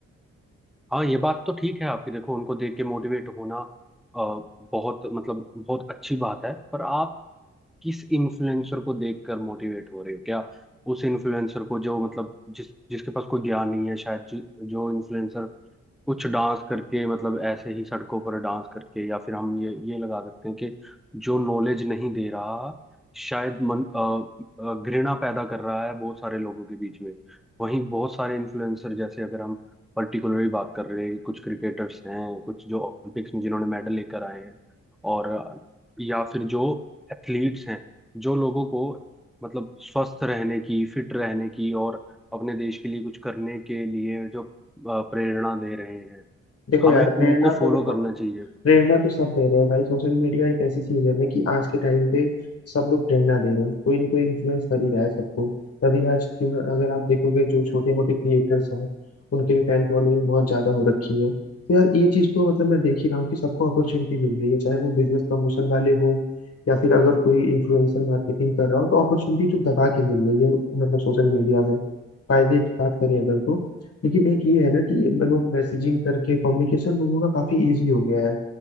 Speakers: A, in the centre; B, on the left (about 50°).
A: हाँ ये बात तो ठीक है आपकी देखो उनको देख के मोटिवेट होना अ, बहुत मतलब बहुत अच्छी बात है पर आप किस इन्फ्लुएंसर को देखकर मोटिवेट हो रहे हो क्या उस इन्फ्लुएंसर को जो मतलब जिस जिसके पास कोई ज्ञान नहीं है शायद जो, जो इन्फ्लुएंसर कुछ डांस करके मतलब ऐसे ही सड़कों पर डांस करके या फिर हम ये ये लगा सकते हैं कि जो नॉलेज नहीं दे रहा शायद मन अ, अ, घृणा पैदा कर रहा है बहुत सारे लोगों के बीच में वहीं बहुत सारे इन्फ्लुएंसर जैसे अगर हम पर्टिकुलरली बात कर रहे हैं कुछ क्रिकेटर्स हैं कुछ जो ओलंपिक्स में जिन्होंने मेडल लेकर आए हैं और अ, या फिर जो एथलीट्स हैं जो लोगों को मतलब स्वस्थ रहने की फिट रहने की और अपने देश के लिए कुछ करने के लिए जो अ, प्रेरणा दे रहे हैं
B: देखो
A: हमें
B: यार प्रेरणा
A: उनको फॉलो
B: तो देखो
A: करना चाहिए
B: प्रेरणा तो सब दे रहे हैं भाई सोशल मीडिया एक ऐसी चीज है ना कि आज के टाइम पे सब लोग प्रेरणा दे रहे हैं कोई ना कोई इन्फ्लुएंस कर ही रहा है सबको तभी आज क्यों ना- अगर आप देखोगे जो छोटे मोटे क्रिएटर्स हैं उनके भी फैन फॉलोइंग बहुत ज्यादा हो रखी है तो यार ये चीज तो मतलब मैं देख ही रहा हूँ कि सबको अपॉर्चुनिटी मिल रही है चाहे वो बिजनेस प्रमोशन वाले हो या फिर अगर कोई इन्फ्लुएंसर मार्केटिंग कर रहा हो तो अपॉर्चुनिटी तो दबा के मिल रही है मतलब सोशल मीडिया में फायदे की बात करें अगर तो लेकिन एक ये है ना कि लोग मैसेजिंग करके कम्युनिकेशन लोगों का काफी इजी हो गया है